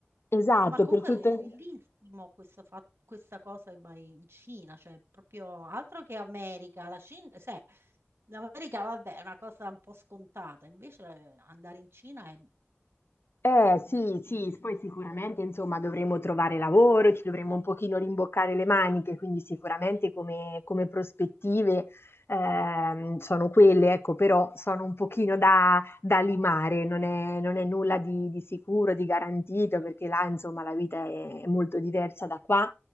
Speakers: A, on the left; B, on the right.
A: Esatto,
B: Ah, Ma comunque
A: per tutto.
B: è bellissimo questo fa- questa cosa che vai in Cina, cioè proprio altro che America, la Cina, sai, l'America vabbè è una cosa un po' scontata, invece eh, andare in Cina è
A: Eh sì, sì,
B: bellissimo,
A: poi sicuramente insomma dovremo trovare lavoro, ci dovremo un pochino rimboccare le maniche, quindi sicuramente come, come prospettive ehm, sono quelle, ecco, però sono un pochino da, da limare, non è, non è nulla di, di sicuro, di garantito, perché là insomma la vita è, è molto diversa da qua.